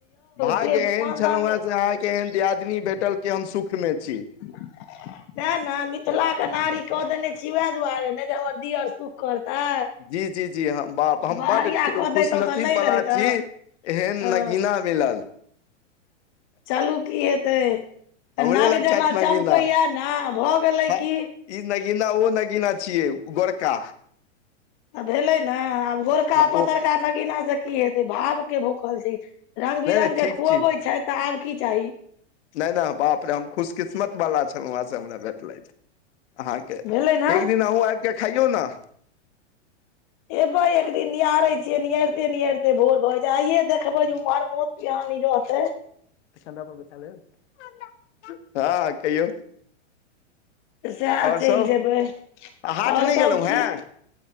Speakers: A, on the left (about 65°); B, on the left (about 40°).
A: भाग्य
B: देव
A: एहन
B: मानधन
A: छलौ हे से अहाँके एहन दियादनी भेटल तेऽ हम सुखमे छी
B: <unintelligible> तै नऽ मिथिलाक नारी कऽ देने छी वैह दुआरे ने जे हमर दियौर सुख करतै
A: जी जी जी ह बाप हम
B: बहरिया
A: बड खु
B: कऽ
A: खुश
B: दैतहुँ
A: नसीब
B: तऽ नहि
A: वाला
B: ने होइतै
A: छी एहन
B: हँ
A: नगीना मिलल
B: चलू की हेतै
A: हमरे
B: नग
A: लग
B: जेना
A: छथि नगीना
B: चमकैया ने भऽ गेलै
A: ह
B: की
A: ई नगीना ओ नगीना छियै गोरका
B: भेलै ने आब गोरका
A: हँ ओ
B: पतरका नगीना सऽ की हेतै भाव के भूखल छै रंग-बिरंग
A: नहि नहि ठीक
B: के खुअबै
A: छी
B: छैथ तऽ आब की चाही
A: नहि नहि बाप रे हम खुशकिस्मतबला छलु है से हमरा भेटलथि अहाँके
B: भेलै ने
A: एक दिन अहु आबिक खइयौ नऽ
B: एबै एक दिन नियारै छियै नियाइरते नियाइरते भोर भऽ जा आइये देखबै जे उमहर नोत-पिहानी रहतै
A: चन्दा पर बैसा लेब <inaudible> तँ कहियौ
B: सेह
A: आओर
B: चलि
A: सब
B: जेबै
A: हाट
B: और
A: नहि
B: सब
A: गेलहुँ
B: ठीक
A: हेँ